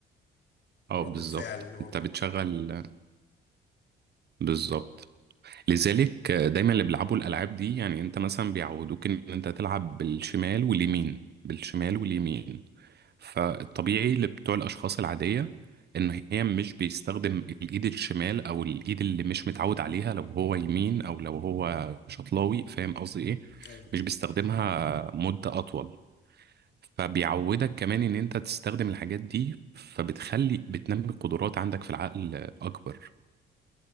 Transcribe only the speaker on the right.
اه
بالظبط
انت بتشغل بالظبط لذلك آه، دايما اللي بيلعبوا الالعاب دي يعني انت مثلا بيعودوك ان انت تلعب بالشمال واليمين بالشمال واليمين فالطبيعي لبتوع الاشخاص العاديه ان هي مش بيستخدم الايد الشمال او الايد اللي مش متعود عليها لو هو يمين او لو هو شطلاوي فاهم قصدي ايه
مش بيستخدمها مده اطول فبيعودك كمان ان انت تستخدم الحاجات دي فبتخلي بتنمي قدرات عندك في العقل اكبر